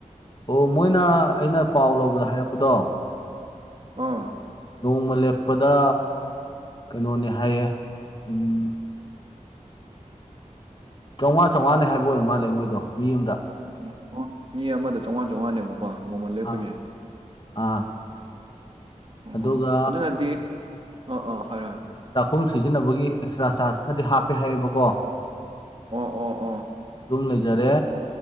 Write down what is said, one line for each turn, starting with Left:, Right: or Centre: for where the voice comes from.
Left: ꯑꯣ ꯃꯣꯏꯅ ꯑꯩꯅ ꯄꯥꯎ ꯂꯧꯕꯗ ꯍꯥꯏꯔꯛꯄꯗꯣ
Right: ꯑꯥ
Left: ꯅꯣꯡꯃ ꯂꯦꯛꯄꯗ ꯀꯩꯅꯣꯅꯦ ꯍꯥꯏꯌꯦ ꯎꯝ ꯆꯧꯉꯥ ꯆꯧꯉꯥꯅꯦ ꯍꯥꯏꯕ ꯑꯣꯏꯔ ꯃꯥꯜꯂꯦ ꯃꯣꯏꯗꯣ ꯃꯤ ꯑꯝꯗ꯫
Right: ꯑꯣ ꯍꯣ ꯃꯤ ꯑꯃꯗ ꯆꯧꯉꯥ ꯆꯧꯉꯥ ꯅꯦꯕꯀꯣ ꯅꯣꯡꯃ ꯂꯦꯛꯄꯒꯤ꯫
Left: ꯑꯥ ꯑꯥ
Right: ꯎꯝ
Left: ꯑꯗꯨꯒ
Right: ꯑꯗꯨꯅꯗꯤ ꯑꯣ ꯑꯣ ꯍꯥꯏꯔꯣ ꯍꯣꯏꯔꯣ
Left: ꯆꯥꯛꯈꯨꯝ ꯁꯤꯖꯤꯟꯅꯕꯒꯤ ꯑꯦꯛꯁꯇ꯭ꯔꯥ ꯆꯥꯔꯖ ꯈꯔꯗꯤ ꯍꯥꯞꯄꯦ ꯍꯥꯏꯌꯦꯕꯀꯣ꯫
Right: ꯑꯣ ꯑꯣ ꯑꯣ
Left: ꯗꯨꯝ ꯂꯩꯖꯔꯦ